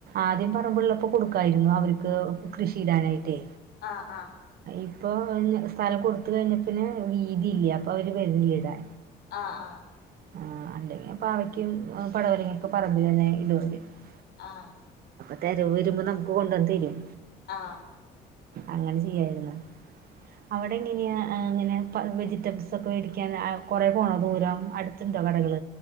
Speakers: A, on the right; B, on the left.
A: ആദ്യം പറമ്പളൊക്കെ കൊടുക്കായിരുന്നു അവർക്ക് കൃഷിയിടാനായിട്ടേ
B: ആഹ് ആഹ്
A: ഇപ്പൊ സ്ഥലം കൊടുത്ത കഴിഞ്ഞ പിന്നെ വീതി ഇല്ല അപ്പൊ അവര് <unintelligible>
B: ആഹ് ആഹ്
A: ആഹ് അല്ലെങ്കി പാവയ്ക്കും, പടവളൊക്കെ പറമ്പിലെന്നെ <unintelligible>
B: ആഹ്
A: <unintelligible> വരുമ്പോ നമുക്ക് കൊണ്ടന്ന് തരും
B: ആഹ്
A: അങ്ങനെ ചെയ്യായിരുന്നു അവിടെ എങ്ങനെയാ ഇങ്ങനെ വെജിറ്റബ്സ് ഒക്കെ മേടിക്കൻ കുറെ പോണോ ദൂരം അടുത്തുണ്ടോ കടകൾ